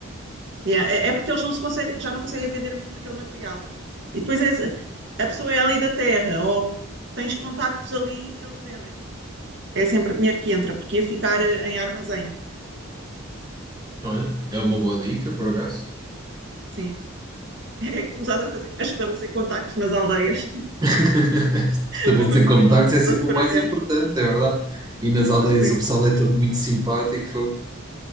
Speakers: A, on the right (about 55°); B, on the right (about 20°).
A: E É, é porque eles não se conseguem, já não conseguem vender mesmo aquele material. E depois és- a pessoa é ali da terra, ou tens contactos ali e eles vendem. É sempre dinheiro que entra, porque ia ficar eh, em armazém.
B: Olha, é uma boa dica, por acaso.
A: Sim. <laughs> É começar a fazer, a estabelecer contactos nas aldeias
B: <laughs>
A: <laughs>
B: Estabelecer
A: para construir
B: contactos
A: lá a casa
B: é sempre
A: futuramente.
B: o mais importante, é verdade. E nas aldeias
A: Assim,
B: o pessoal é todo muito simpático, fogo.